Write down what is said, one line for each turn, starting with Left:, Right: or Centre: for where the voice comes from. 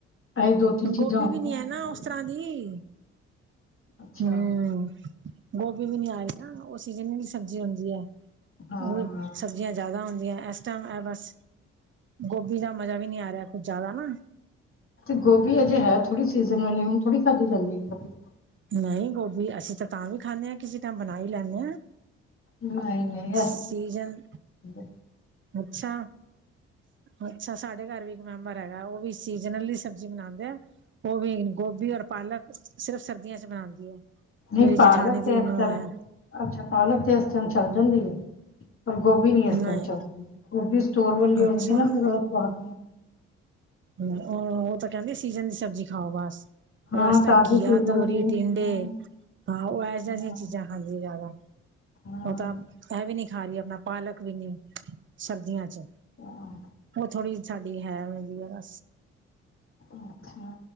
Left: ਇਹੀ ਦੋ ਤਿੰਨ
Right: ਹੁਣ
Left: ਚੀਜ਼ਾਂ
Right: ਗੋਭੀ
Left: ਹੁੰਦੀਆਂ
Right: ਵੀ ਨੀ, ਹੈ
Left: ਨੇ
Right: ਨਾ
Left: ਪਾ
Right: ਉਸ
Left: ਲਓ
Right: ਤਰ੍ਹਾਂ ਦੀ।
Left: ਅੱਛਾ।
Right: ਹਮ ਗੋਭੀ ਵੀ ਨੀ, ਆ ਰਹੀ ਨਾ, ਉਹ ਸੀਜ਼ਨ ਦੀ ਸਬਜ਼ੀ ਹੁੰਦੀ ਹੈ,
Left: ਹਾਂ
Right: ਉਹ ਸਬਜ਼ੀਆਂ ਜ਼ਿਆਦਾ ਹੁੰਦੀਆਂ ਇਸ ਟਾਈਮ, ਇਹ ਬਸ ਗੋਭੀ ਦਾ ਮਜ਼ਾ ਵੀ ਨਹੀਂ ਆ ਰਿਹਾ, ਕੁੱਝ ਜ਼ਿਆਦਾ ਨਾ
Left: ਤੇ, ਗੋਭੀ ਅਜੇ ਹੈ ਥੋੜੀ ਸੀਜ਼ਨ ਵਾਲੀ, ਹੁਣ ਥੋੜੀ ਖਾਧੀ ਜਾਂਦੀ ਹੈ, ਗੋਭੀ
Right: ਨਹੀਂ, ਗੋਭੀ ਅਸੀਂ ਤਾਂ, ਤਾਂ ਵੀ ਖਾਂਦੇ ਹਾਂ, ਕਿਸੇ ਟਾਈਮ ਬਣਾ ਹੀ ਲੈਂਦੇ ਹਾਂ।
Left: ਨਹੀਂ- ਨਹੀਂ,
Right: ਸੀਜਨ
Left: <unintelligible>
Right: ਅੱਛਾ, ਅੱਛਾ ਸਾਡੇ ਘਰ ਵੀ ਮੈਂਬਰ ਹੈਗਾ, ਉਹ ਵੀ ਸੀਜਨਲੀ ਸਬਜ਼ੀ ਬਣਾਉਂਦੇ ਆ, ਉਹ ਵੀ ਗੋਭੀ, ਔਰ ਪਾਲਕ, ਸਿਰਫ ਸਰਦੀਆਂ ਚ ਬਣਾਉਂਦੀ ਹੈ,
Left: ਨਹੀਂ
Right: ਮੇਰੀ
Left: ਪਾਲਕ
Right: ਜਠਾਨੀ
Left: ਤੇ
Right: ਦੀ
Left: ਇਸ
Right: ਨੂੰਹ
Left: ਟਾਈਮ
Right: ਹੈ।
Left: ਅੱਛਾ, ਪਾਲਕ ਤੇ ਇਸ ਟਾਈਮ ਚੱਲ ਜਾਂਦੀ ਹੈ। ਪਰ, ਗੋਭੀ ਨੀ, ਇਸ
Right: ਨਹੀਂ
Left: ਟਾਈਮ ਚੱਲਦੀ, ਗੋਭੀ ਸਟੋਰ ਵਾਲੀ ਹੁੰਂਦੀ
Right: ਅੱਛਾ
Left: ਹੈ ਨਾ, ਫਿਰ ਉਹ ਸੁਆਦ
Right: ਹੂੰ, ਉਹ ਤਾਂ ਕਹਿੰਦੇ, ਸੀਜ਼ਨ ਦੀ ਸਬਜ਼ੀ ਖਾਉ ਬਸ।
Left: ਹਾਂ
Right: ਓ ਐਸ ਟਾਈਮ
Left: ਤਾਜ਼ੀ
Right: ਘੀਆ
Left: ਸੀਜ਼ਨ
Right: ਤੋਰੀ
Left: ਦੀ
Right: ਟਿੰਡੇ
Left: ਹਾਂ
Right: ਹਾਂ ਏਸ ਤਰਾ
Left: ਹਾਂ
Right: ਦੀ ਚੀਜ਼ਾਂ ਖਾਂਦੀ ਜ਼ਾਦਾ।
Left: ਹਾਂ,
Right: ਉਹ ਤਾਂ, ਇਹ ਵੀ ਨੀ ਖਾ ਰਹੀ, ਆਪਣਾ ਪਾਲਕ ਵੀ ਨੀ। ਸਰਦੀਆਂ ਚ,
Left: ਹਾਂ,
Right: ਉਹ ਥੋੜ੍ਹੀ ਸਾਡੀ ਹੈ, ਐਂਵੇ ਦੀ ਆ।
Left: ਅੱਛਾ।